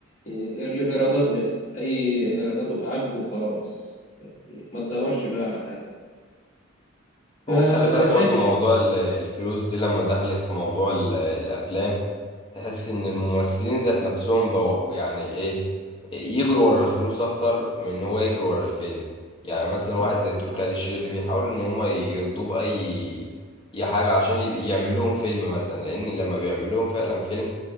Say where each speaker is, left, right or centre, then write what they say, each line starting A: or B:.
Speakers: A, on the left; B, on the left.
A: ال- الايرادات بس اي ايرادات وعب وخلاص يعني ما تدورش بقى على حاجة فانا
B: هو خلي بالك
A: شايف
B: برضو موضوع ال- الفلوس دي لما دخلت في موضوع ال- الأفلام تحس إن الممثلين ذات نفسهم بقوا يعني إيه يجروا ورا الفلوس أكتر من إن هو يجروا ورا الفيلم يعني مثلا واحد زي تركي آل الشيخ ده بيحاول إن هما يرضوه بأي أي حاجة عشان يد- يعمل لهم فيلم مثلا لأن لما بيعمل لهم فعلا فيلم